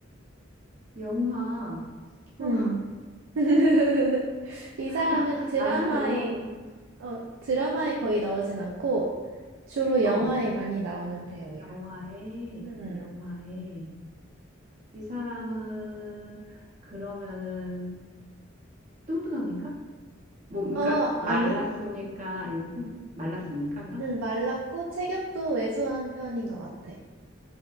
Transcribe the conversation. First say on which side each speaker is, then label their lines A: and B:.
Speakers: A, on the right (about 40°); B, on the right (about 75°).
A: 영화, 어,
B: 음. <laughs> 이
A: <laughs>
B: 사람은
A: 나,
B: 드라마에,
A: 남자 영화 배우,
B: 어, 드라마에 거의 나오진 않고, 주로 영화에
A: 어,
B: 많이 나오는 배우야.
A: 영화에,
B: 음.
A: 영화에, 이 사람은 그러면은 뚱뚱합니까? 뭐 그러니까
B: 어, 아니.
A: 말랐습니까 아니면 뜬- 말랐습니까 그럼?
B: 음, 말랐고 체격도 왜소한 편인 것 같아.